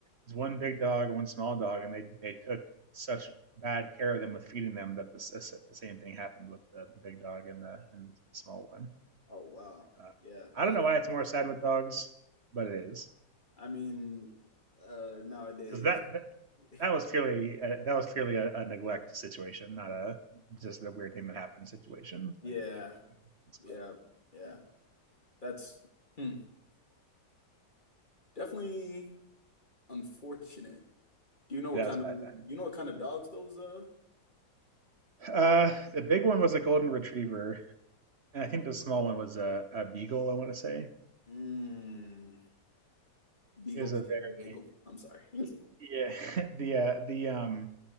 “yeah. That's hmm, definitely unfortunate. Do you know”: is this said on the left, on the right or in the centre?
Left